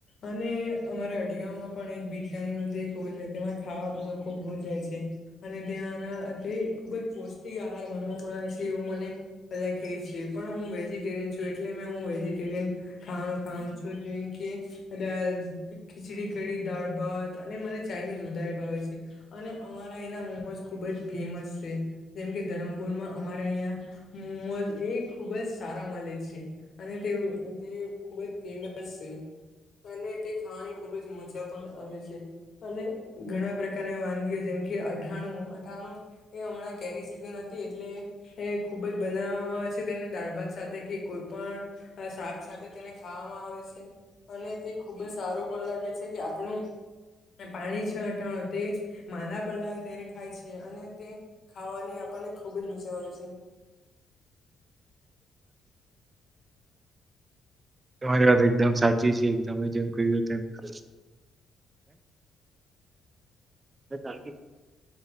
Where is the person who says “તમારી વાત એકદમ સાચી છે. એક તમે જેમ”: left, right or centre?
Right